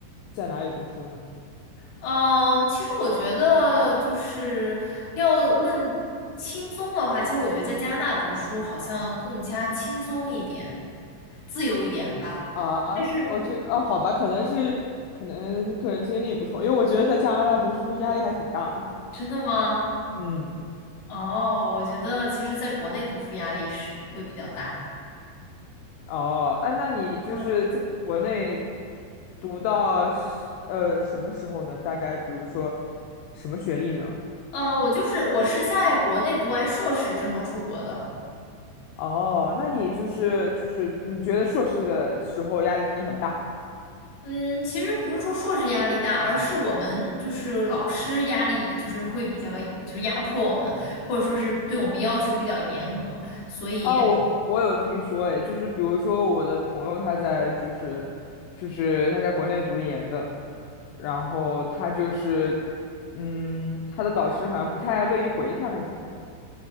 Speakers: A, on the left; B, on the left.
A: 在哪里读书呢？
B: 嗯、其实我觉得就是要论轻松的话，其实我觉得在加拿大读书好像更加轻松一点，自由一点吧。
A: 啊，
B: 但是
A: 可我觉哦，好吧，可能是可能个人经历不同，因为我觉得在加拿大读书压力还挺大的。
B: 真的吗？
A: 嗯，
B: 哦，我觉得其实在国内读书压力是会比较大。
A: 哦，哎，那你就是在国内
B: 嗯
A: 读到是呃什么时候呢？大概比如说什么学历呢？
B: 呃，我就是我是在国内读完硕士之后出国的。
A: 哦，那你就是就是你觉得硕士的时候压力很大？
B: 嗯，其实不是说硕士压力大，而是我们就是老师压力就是会比较就是压迫我们，或者说是对我们要求比较严格，所以
A: 啊，我我有听说，哎，就是比如说我的朋友他在就是就是他在国内读研的，然后他就是嗯，他的导师好像不太乐意回他那种。